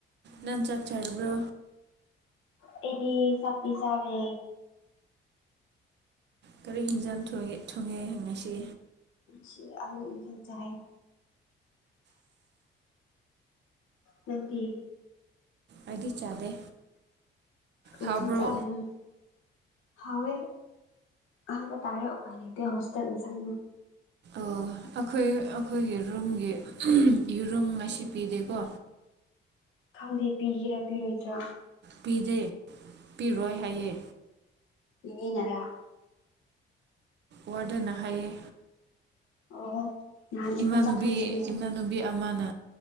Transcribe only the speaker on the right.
ꯅꯟ ꯆꯥꯛ ꯆꯥꯔꯕ꯭ꯔꯣ
ꯀꯔꯤ ꯍꯤꯡꯖꯥꯡ ꯊꯣꯡꯉꯦ ꯊꯣꯡꯉꯦ ꯉꯁꯤ
ꯑꯩꯗꯤ ꯆꯥꯗꯦ
ꯍꯥꯎꯕ꯭ꯔꯣ
ꯑꯣ ꯑꯩꯈꯣꯏ ꯑꯩꯈꯣꯏꯒꯤ ꯔꯨꯝꯒꯤ ꯌꯦꯔꯨꯝ ꯉꯁꯤ ꯄꯤꯗꯦꯀꯣ
ꯄꯤꯗꯦ ꯄꯤꯔꯣꯏ ꯍꯥꯏꯌꯦ
ꯋꯥꯔꯗꯦꯟꯅ ꯍꯥꯏꯌꯦ
ꯏꯃꯥꯟꯅꯕꯤ
ꯏꯃꯥꯟꯅꯕꯤ ꯑꯃꯅ